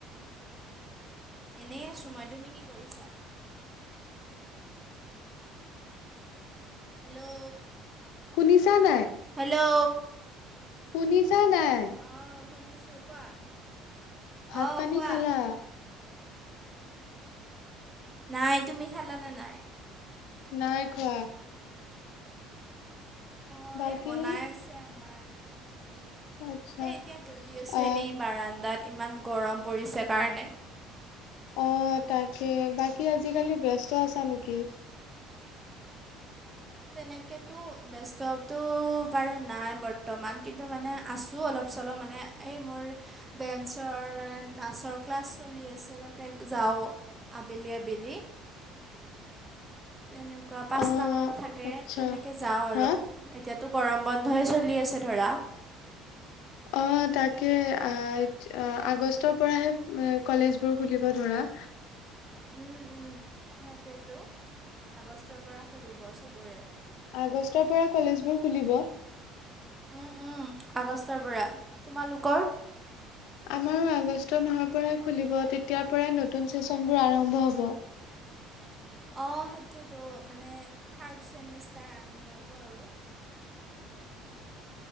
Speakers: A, on the right (about 20°); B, on the left (about 75°).
A: এনেই আছোঁ মই, তুমি কি কৰিছা? হেল্লো'।
B: শুনিছা নাই?
A: হেল্লো'।
B: শুনিছা নাই?
A: অ' শুনিছোঁ কোৱা।
B: ভাত
A: অঁ
B: পানী
A: কোৱা
B: খালা?
A: নাই, তুমি খালা নে নাই?
B: নাই খোৱা।
A: অঁ,
B: বাকী
A: এই বনাই আছে আমাৰ।
B: আচ্ছা
A: হেই এতিয়া বহি আছো
B: আহ
A: এনেই বাৰাণ্ডাত ইমান গৰম পৰিছে কাৰণে।
B: অ তাকে বাকী আজিকালি ব্যস্ত আছা নেকি?
A: তেনেকেতো ব্যস্তটো বাৰু নাই বৰ্তমান কিন্তু মানে আছোঁ অলপ চলপ মানে - এই মোৰ ডেন্সৰ মানে নাচৰ ক্লাছ চলি আছে, তাতে যাওঁ। আবেলি আবেলি। তেনেকুৱা পাঁচটা
B: অ
A: মানত থাকে,
B: আচ্ছা
A: তেনেকে যাওঁ আৰু।
B: হা
A: এতিয়াতো গৰম বন্ধয়ে চলি আছে ধৰা।
B: অ তাকে আ
A: উম,
B: আগষ্টৰ পৰাহে কলেজবোৰ খুলিব ধৰা।
A: উম উম সেইটোৱে টো আগষ্টৰ পৰা খুলিব চবৰে।
B: আগষ্টৰ পৰা কলেজবোৰ খুলিব।
A: উম, উম, আগষ্টৰ পৰা। তোমালোকৰ?
B: আমাৰো আগষ্ট মাহৰ পৰাই খুলিব, তেতিয়াৰ পৰাই নতুন চেচনবোৰ আৰম্ভ হব।
A: অঁ সেইটোৱেতো মানে থাৰ্ড চেমিষ্টাৰ আৰম্ভ হ'ব আৰু।